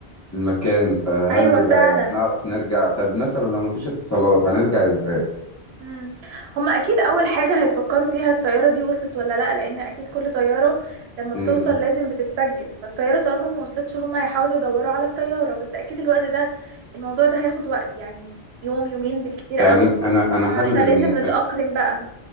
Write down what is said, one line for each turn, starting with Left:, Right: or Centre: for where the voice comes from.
Left: المكان فهل
Right: أيوة فعلا
Left: آه، نعرف نرجع طب مثلا لو مفيش اتصالات هنرجع ازاي
Right: مم. هما أكيد أول حاجة هيفكروا فيها الطيارة دي وصلت ولا لأ لأن أكيد كل طيارة لما
Left: امم
Right: بتوصل لازم بتتسجل فالطيارة طالما ما وصلتش هما هيحاولوا يدوروا على الطيارة بس أكيد الوقت ده الموضوع ده هياخد وقت يعني يوم يومين بالكتير
Left: يعني
Right: قوي
Left: انا انا
Right: فاحنا
Left: حابب الم...
Right: لازم نتأقلم بقى